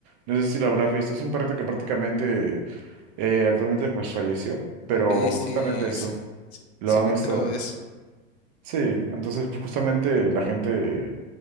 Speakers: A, on the right (about 35°); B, on the left (about 55°).
A: No sé si lo habrás visto, es un perrito que prácticamente eh, actualmente pues falleció, pero
B: Sí, sí,
A: justamente eso.
B: sí, sí,
A: Lo
B: sí
A: han
B: me he
A: esto.
B: enterado de eso.
A: Sí, entonces justamente la gente